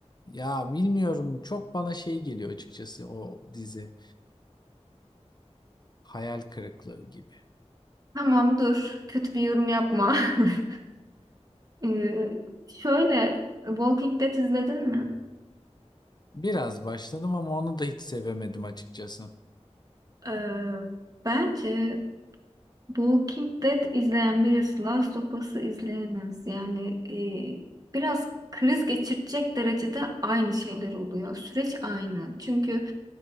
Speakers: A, on the left; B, on the right.
A: Ya bilmiyorum çok bana şey geliyor açıkçası o dizi hayal kırıklığı gibi.
B: Tamam dur. Kötü bir yorum yapma. <laughs> E, şöyle Walking Dead izledin mi?
A: Biraz başladım ama onu da hiç sevemedim açıkçası.
B: E, bence Walking Dead izleyen birisi Last of Us'ı izleyemez. Yani e, biraz kriz geçirecek derecede aynı şeyler oluyor. Süreç aynı. Çünkü